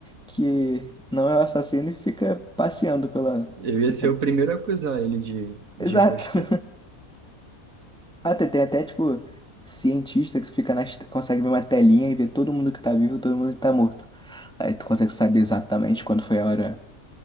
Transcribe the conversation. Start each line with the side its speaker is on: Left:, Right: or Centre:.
Centre: que não é o assassino e fica passeando pela.
Right: eu ia
Centre: pela-
Right: ser o primeiro a acusar ele de,
Centre: Exato.
Right: de impostor.
Centre: Ah, tem tem até, tipo, cientista que fica na, est- consegue ver uma telinha e ver todo mundo que tá vivo e todo mundo que tá morto. Aí tu consegue saber exatamente quando foi a hora